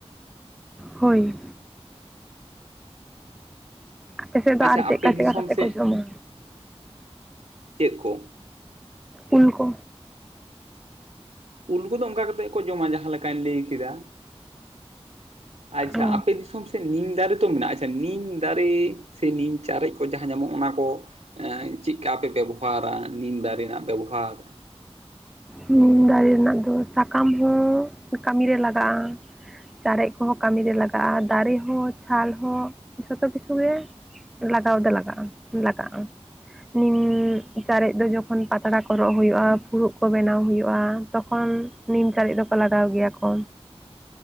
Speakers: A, in the centre; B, on the right (about 85°).
A: ᱦᱳᱭ᱾ ᱟᱯᱮ ᱥᱮᱫ ᱫᱚ ᱟᱨ
B: ᱟᱪᱪᱷᱟ
A: ᱪᱮᱫᱠᱟ
B: ᱟᱯᱮ
A: ᱪᱮᱫᱠᱟ
B: ᱫᱤᱥᱚᱢ
A: ᱠᱟᱛᱮ
B: ᱥᱮᱫ,
A: ᱠᱚ ᱡᱚᱢᱟ
B: ᱪᱮᱫ ᱠᱚ?
A: ᱩᱞ ᱠᱚ᱾
B: ᱩᱞ ᱠᱚᱫᱚ ᱚᱝᱠᱟ ᱠᱟᱛᱮᱫ ᱠᱚ ᱡᱚᱢᱟ ᱡᱟᱦᱟᱸ ᱞᱮᱠᱟᱧ ᱞᱟᱹᱭ ᱠᱮᱫᱟ, ᱟᱪᱪᱷᱟ
A: ᱚ
B: ᱟᱯᱮ ᱫᱤᱥᱚᱢ ᱥᱮᱫ ᱱᱤᱢ ᱫᱟᱨᱮ ᱛᱚ ᱢᱮᱱᱟᱜᱼᱟ ᱟᱪᱪᱷᱟ ᱱᱤᱢ ᱫᱟᱨᱮ ᱥᱮ ᱱᱤᱢ ᱪᱟᱨᱮᱡ ᱠᱚ ᱡᱟᱦᱟᱸ ᱧᱟᱢᱚᱜ ᱚᱱᱟ ᱠᱚ ᱮᱸ ᱪᱮᱫᱠᱟ ᱯᱮ ᱵᱮᱵᱚᱦᱟᱨᱟ ᱱᱤᱢ ᱫᱟᱨᱮ ᱨᱮᱱᱟᱜ ᱵᱮᱵᱚᱦᱟᱨ?
A: ᱱᱤᱢ ᱫᱟᱨᱮ ᱨᱮᱱᱟᱜ ᱫᱚ ᱥᱟᱠᱟᱢ ᱦᱚᱸ ᱠᱟᱹᱢᱤ ᱨᱮ ᱞᱟᱜᱟᱜᱼᱟ᱾ ᱪᱟᱨᱮᱡ ᱠᱚᱦᱚᱸ ᱠᱟᱹᱢᱤ ᱨᱮ ᱞᱟᱜᱟᱜᱼᱟ, ᱫᱟᱨᱮ ᱦᱚᱸ ᱪᱷᱟᱞ ᱦᱚᱸ ᱡᱷᱚᱛᱚ ᱠᱤᱪᱷᱩ ᱜᱮ ᱞᱟᱜᱟᱣ ᱫᱚ ᱞᱟᱜᱟᱜᱼᱟ ᱞᱟᱜᱟᱜᱼᱟ᱾ ᱩᱸ ᱪᱟᱨᱮᱡ ᱫᱚ ᱡᱚᱠᱷᱚᱱ ᱯᱟᱛᱲᱟ ᱠᱚ ᱨᱚᱜ ᱦᱩᱭᱩᱜᱼᱟ ᱯᱷᱩᱲᱩᱜ ᱠᱚ ᱵᱮᱱᱟᱣ ᱦᱩᱭᱩᱜᱼᱟ ᱛᱚᱠᱷᱚᱱ ᱱᱤᱢ ᱪᱟᱨᱤᱡ ᱫᱚᱠᱚ ᱞᱟᱜᱟᱣ ᱜᱮᱭᱟ ᱠᱚ᱾